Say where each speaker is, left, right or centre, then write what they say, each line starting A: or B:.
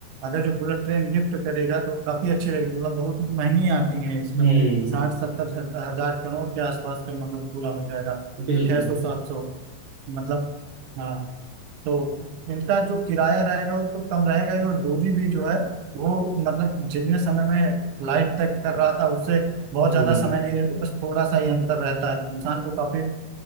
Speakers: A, on the right; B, on the right.
A: अगर जो बुलेट ट्रेन गिफ्ट करेगा तो काफी अच्छी रहेगी मतलब बहुत महंगी आती है इस
B: हम्म
A: साठ सत्तर हजार करोड़ के आसपास का मतलब पूरा हो जाएगा
B: बिल्कुल
A: छह सौ सात सौ मतलब हाँ तो इनका जो किराया रहेगा वो तो कम रहेगा ही और दूरी भी जो है वो मतलब जितने समय में फ्लाइट तय कर रहा था उससे बहुत
B: हम्म
A: ज्यादा समय नहीं रहता बस थोड़ा सा ही अंतर रहता है इंसान को काफी